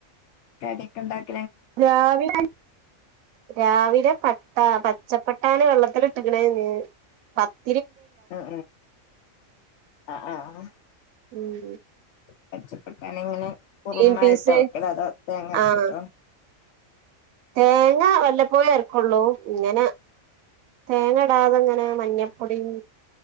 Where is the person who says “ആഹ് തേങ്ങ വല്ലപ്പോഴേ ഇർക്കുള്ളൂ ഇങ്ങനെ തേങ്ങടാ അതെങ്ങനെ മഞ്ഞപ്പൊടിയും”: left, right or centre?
Right